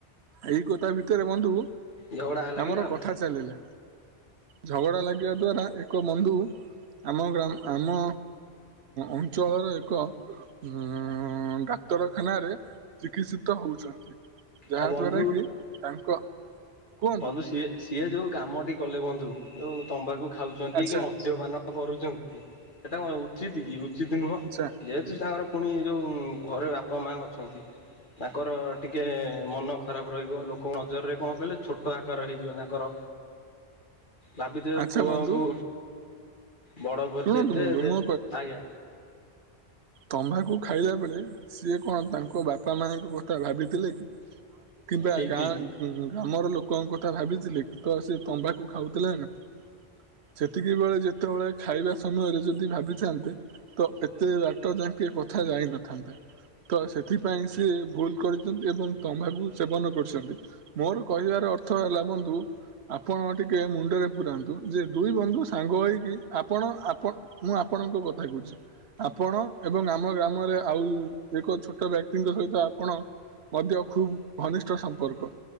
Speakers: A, on the right (about 80°); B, on the left (about 50°).
A: ଏଇ କଥା ଭିତରେ ବନ୍ଧୁ
B: ଝଗଡ଼ା ଲାଗିଲେ
A: ଆମର
B: ଆଉ।
A: କଥା ଚାଲିଲା, ଝଗଡ଼ା ଲାଗିବା ଦ୍ଵାରା ଏକ ବନ୍ଧୁ, ଆମ ଗ୍ରାମ୍ ଆମ ଅଞ୍ଚଳର ଏକ, ଉଁ ଡାକ୍ତରଖାନ ରେ ଚିକିତ୍ସିତ ହଉଛନ୍ତି,
B: ଆଉ ବନ୍,
A: ତାକି ତାଙ୍କ, କୁହନ୍ତୁ
B: ବନ୍ଧୁ ସିଏ-ସିଏ ଯୋଉ କାମଟି କଲେ ବନ୍ଧୁ ଯୋଉ ତମ୍ବାଖୁ ଖାଉଛନ୍ତି
A: ଆଚ୍ଛା
B: କି ମଦ୍ୟପାନ, କରୁଛନ୍ତି ସେଟା କଣ ଉଚିତ କି ଉଚିତ ନୁହଁ
A: ଆଚ୍ଛା
B: ଯେହେତୁ ତାଙ୍କର, ପୁଣି ଯୋଉ ଘରେ ବାପା ମା ଅଛନ୍ତି, ତାଙ୍କର ଟିକେ ମନ ଖରାପ୍ ରହିବ ଲୋକଙ୍କ ନଜରରେ କଁ କହିଲେ ଛୋଟ୍ ଟହାକାର ହେଇଯିବ ତାଙ୍କର ଭାବିଥିବେ
A: ଆଚ୍ଛା
B: ପୁଅଙ୍କୁ,
A: ବନ୍ଧୁ
B: ବଡ଼ କରିଛି
A: ଶୁଣନ୍ତୁ
B: ଏତେ
A: ବନ୍ଧୁ
B: ଦେ
A: ମୋ
B: ଆଜ୍ଞା,
A: ତମ୍ଭାକୁ ଖାଇଲା ବେଳେ ସିଏ କଣ ତାଙ୍କ ବାପା ମାଙ୍କ କଥା ଭାବିଥିଲେ କି, କିମ୍ବା
B: ଠିକ୍
A: ଗାଁ
B: ଠିକ୍
A: ଗ୍ରାମର ଲୋକଙ୍କ କଥା ଭାବିଥିଲେ କି ତ ସେ ତମ୍ବାକୁ ଖାଉଥିଲେ ନା, ସେତିକି ବେଳେ ଯେତେବେଳେ ଖାଇବା ସମୟରେ ଯଦି ଭାବିଥାନ୍ତେ, ତ ଏତେ ବାଟ ଯାଆଁକେ କଥା ଯାାଇ ନଥାନ୍ତେ ତ ସେଥିପାଇଁ ସିଏ ଭୁଲ କରିଛନ୍ତି ଏବଂ ତମ୍ଭାକୁ ସେବନ କରିଛନ୍ତି, ମୋର କହିବାର ଅର୍ଥ ହେଲା ବନ୍ଧୁ ଆପଣ ଟିକେ ମୁଣ୍ଡରେ, ରନ୍ତୁ ଯେ ଦୁଇ ବନ୍ଧୁ ସାଙ୍ଗ ହେଇକି ଆପଣ ଆପଣ ମୁଁ ଆପଣଙ୍କ କଥା କହୁଛି। ଆପଣ ଏବଂ ଆମ ଗ୍ରାମରେ ଆଉ ଏକ ଛୋଟ ବ୍ୟକ୍ତିଙ୍କ ସହିତ ଆପଣ ମଧ୍ୟ ଖୁବ ଘନିଷ୍ଠ ସମ୍ପର୍କ।